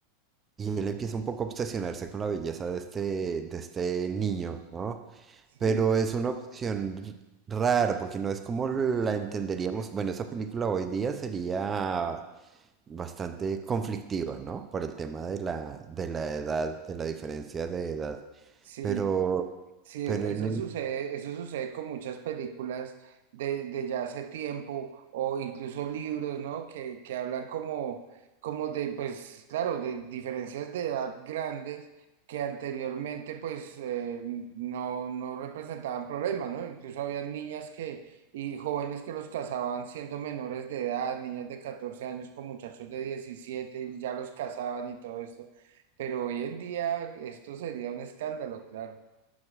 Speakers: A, on the right; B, on the right.
A: y él empieza un poco a obsesionarse con la belleza de este, de este niño, ¿no?
B: sí,
A: Pero es una obsesión r- rara, porque no es como la entenderíamos. Bueno, esa película hoy día sería bastante conflictiva, ¿no? Por el tema de la, de la edad, de la diferencia de edad.
B: sí.
A: Pero,
B: Sí,
A: pero
B: es- eso
A: en el
B: sucede, eso sucede con muchas películas de, de ya hace tiempo o incluso libros, ¿no? Que, que hablan como, como de, pues claro, de diferencias de edad grandes que anteriormente pues eh, no, no representaban problemas, ¿no? Incluso había niñas que, y jóvenes que los casaban siendo menores de edad, niñas de 14 años con muchachos de 17 y ya los casaban y todo esto. Pero hoy en día esto sería un escándalo, claro.